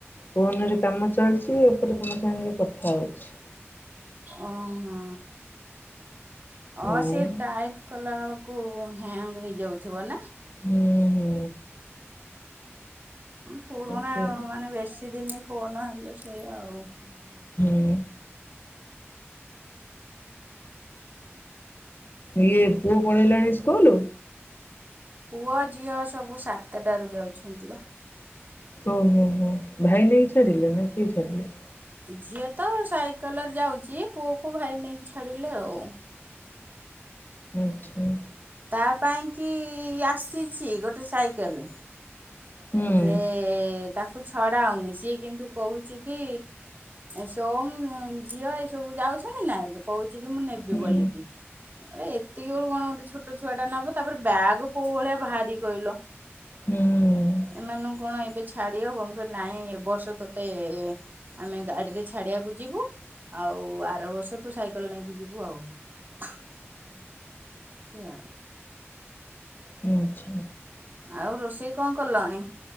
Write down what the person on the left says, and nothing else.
ଫୋନରେ କାମ ଚାଲିଛି, ଏପଟେ ତମ ସାଙ୍ଗେ କଥା ହଉଛି।
ଆଉ
ହୁଁ ହୁଁ।
ସେ
ହୁ। ଇଏ ପୁଅ ପଢେଇଲାଣି ସ୍କୁଲ?
ଓ-ହୋ-ହୋ। ଭାଇ ନେଇକି ଇଛାଡ଼ିିଲେ ନା କିଏ ଇଛାଡିଲେ?
ଆଚ୍ଛା।
ହୁଁ।
ହୁଁ
ହୁଁ
ହୁଁ ଅଛି।